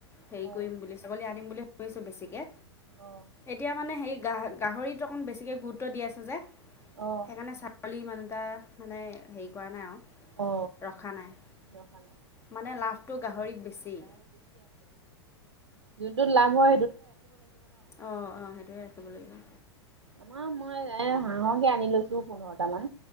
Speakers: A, on the left; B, on the right.
A: হেৰি
B: অ
A: কৰিম বুলি ছাগলী আনিম বুলি ভাবিছোঁ বেছিকৈ।
B: অ
A: এতিয়া মানে সেই গাহৰিত অকণ বেছিকে গুৰুত্ব দি আছো যে।
B: অ,
A: সেইকাৰণে ছাগলী মানুহ এটা মানে হেৰি কৰা নাই আৰু
B: অ
A: ৰখা নাই।
B: <unintelligible>
A: মানে লাভটো গাহৰিত বেছি।
B: যোনটো লাভৰ
A: অ, অ, সেইটোয়ে ৰাখিব লাগিব।
B: আম মই এ হাঁহকে আনি লৈছো পোন্ধৰটা মান।